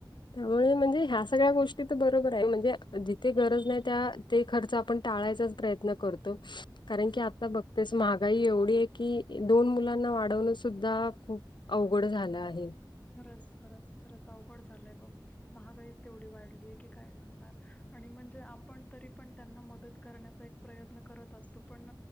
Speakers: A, on the left; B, on the left.
A: त्यामुळे म्हणजे ह्या सगळ्या गोष्टी तर बरोबर आहे म्हणजे जिथे गरज नाही त्या ते खर्च आपण टाळायचाच प्रयत्न करतो कारण की आता बघतेस महागाई एवढी आहे की दोन मुलांना वाढवण सुद्धा खूप अवघड झालं आहे
B: खरंच खरंच खरंच अवघड झालंय बघ महागाईच तेवढी वाढलीय की काय सांगणार आणि म्हणजे आपण तरी पण त्यांना मदत करण्याचा एक प्रयत्न करत असतो पण